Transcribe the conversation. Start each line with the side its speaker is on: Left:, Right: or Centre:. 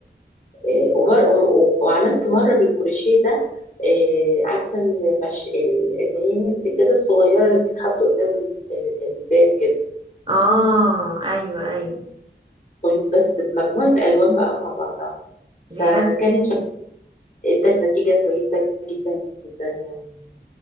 Left: آه، ومر... و- وعملت مرة بالكروشيه ده آه، عارفة المش... ال- اللي هي السجادة الصغيرة اللي بتتحط قدام ال- ال- الباب كده
Right: اه ايوه ايوه
Left: طيب بس بمجموعة ألوان بقى مع بعضها فكانت
Right: دي حلوه
Left: شك... ادت نتيجة كويسة جدا جدا يعني